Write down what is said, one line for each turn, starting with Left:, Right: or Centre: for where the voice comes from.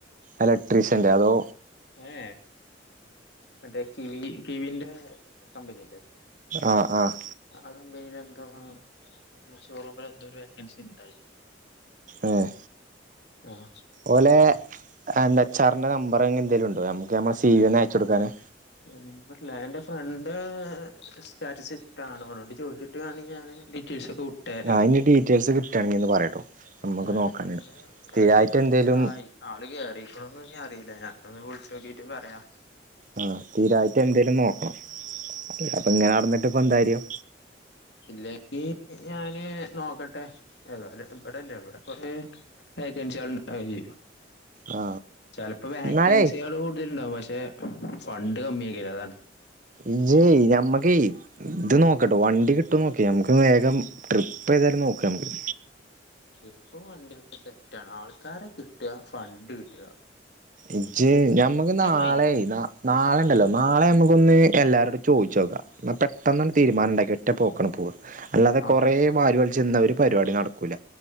Right: എലക്ട്രീഷ്യൻ്റെ അതോ
Left: ഏ മറ്റേ കിവി കിവിന്റെ കമ്പനില്ലേ
Right: ആഹ് ആഹ്
Left: ആഹ് കമ്പനിലെന്തോ ആഹ് ഷോറൂമിലെന്തോരു വേക്കൻസിണ്ടായിനി
Right: ഏഹ്
Left: ആഹ്
Right: ഓലെ എന്റെ എച്ച് ആറിന്റെ നമ്പർ അങ്ങനെ എന്തേലും ഉണ്ടോ നമ്മുക്ക് നമ്മളെ സീ യു ന് അയച്ച കൊടുക്കാന്
Left: നമ്പല്ല എന്റെ ഫ്രണ്ട് സ്റ്റാറ്റസ് ഇട്ടാണോ ഓനോട്‌ ചോയ്ച്ചിട്ടാണെങ്കിൽ ഞാന് ഡീറ്റെയൽസ് ഒക്കെ വി ഇട്ടര
Right: ആ അതിന്റെ ഡീറ്റെയിൽസ് കിട്ടുകയാണെങ്കിൽ ഒന്ന് പറയട്ടോ നമ്മുക്ക്
Left: ആ എന്റെ
Right: നോക്കാനാണ്
Left: ഫ്രണ്ട് ഒരാവിശ്യന്റെ
Right: സ്ഥിരായിട്ട്
Left: അടുത്തായി
Right: എന്തേലും
Left: ആള് കേറിക്ക്‌ണോന്ന് ഇഞ്ഞി അറിയൂല ഞാൻ ഒന്ന് വിളിച്ച് നോക്കിട്ട് പറയാ
Right: ആ തിരായിട്ട് എന്തേലും നോക്കണം അപ്പൊ ഇങ്ങനെ നടന്നിട്ട് ഇപ്പം എന്താ കാര്യം
Left: ഇല്ലെങ്കിൽ ഞാന് നോക്കട്ടെ ഏതാലും ഇവിടെല്ലേ ഇവിടെ കൊറേ വെക്കൻസികൾ ഇണ്ടായി
Right: ആ
Left: ചെലപ്പോ വോക്കൻസികള്
Right: എന്നാലേ
Left: കൂടുതൽ ഉണ്ടാവും പക്ഷേ റ്റേ ഫണ്ട് കമ്മിയ്കാരം അതാണ്
Right: ഇജ്ജ് ഞമ്മക്ക് ഇത് നോക്കട്ടോ വണ്ടി കിട്ടോ നോക്കി നമുക്ക് വേഗം ട്രിപ്പ് ഏതാലും നോക്ക നമ്മക്ക്
Left: ഇപ്പം വണ്ടിയൊക്ക സെറ്റാണ് ആണ് ആൾക്കാരെ കിട്ട ഫണ്ട് കിട്ട
Right: ഇജ്ജ് ഞമ്മക്ക് നാളെ
Left: മൈൻഡില്
Right: ന നാളെണ്ടല്ലോ നാളെ നമുക്കൊന്ന് എല്ലാരൊടും ചോയ്ച്ചോക്കാം ന്നാ പെട്ടന്നണ്ട് തീരുമാനം ഉണ്ടാക്കി ഒറ്റ പോക്കണ്ട് പോവ അല്ലാതെ കുറേ
Left: ആണ്
Right: വാരി വലിച്ചിന്ന ഒരു പരിപാടി നട കുല